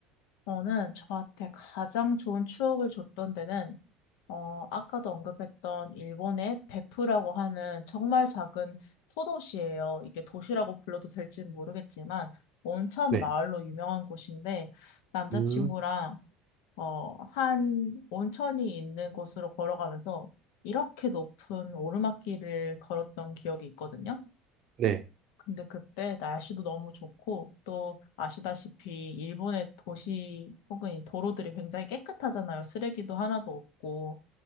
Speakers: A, on the left; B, on the right.
A: 저는 저한테 가장 좋은 추억을 줬던 데는 어, 아까도 언급했던 일본의 베프라고 하는 정말 작은 소도시예요. 이게 도시라고 불러도 될지는 모르겠지만 온천
B: 네.
A: 마을로 유명한 곳인데 남자친구랑
B: 음,
A: 어, 한 온천이 있는 곳으로 걸어가면서 이렇게 높은 오르막길을 걸었던 기억이 있거든요.
B: 네.
A: 근데 그때 날씨도 너무 좋고 또 아시다시피 일본의 도시 혹은 이 도로들이 굉장히 깨끗하잖아요. 쓰레기도 하나도 없고.